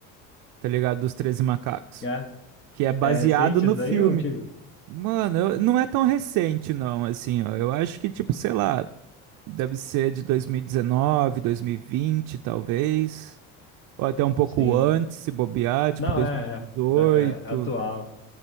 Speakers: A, on the right; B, on the left.
A: tá ligado? Dos Treze Macacos,
B: É,
A: que é baseado
B: é recente
A: no
B: isso
A: filme.
B: daí ou antigo?
A: Mano, eu- não é tão recente, não, assim, ó. Eu acho que, tipo, sei lá, deve ser de 2019, 2020, talvez. Ou até um pouco
B: Sim.
A: antes, se bobear, tipo,
B: Não,
A: 2018.
B: é, é, Da- é atual.